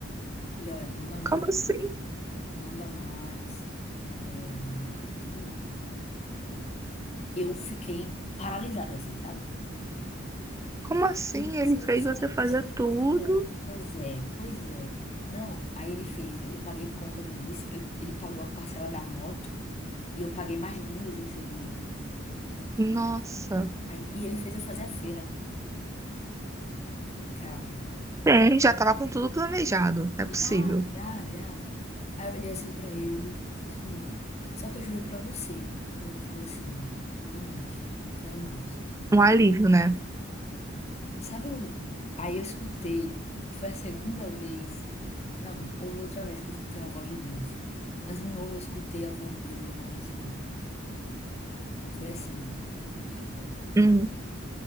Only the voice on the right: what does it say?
como assim?
Como assim
ele
fez
você
fazer
tudo?
Nossa.
É, já tava com tudo planejado. Não é possível.
Um alívio, né?
Hum.